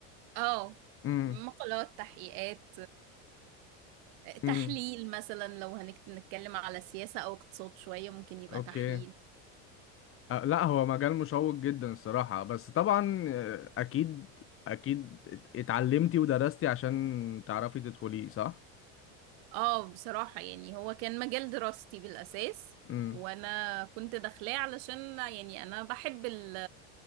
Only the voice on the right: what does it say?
اه
مقالات تحقيقات آه، تحليل
مثلا لو هنتكلم على سياسة او اقتصاد شوية ممكن يبقى
تحليل
اه بصراحة يعني هو كان مجال دراستي بالأساس
وأنا كنت داخلاه علشان يعني أنا بحب ال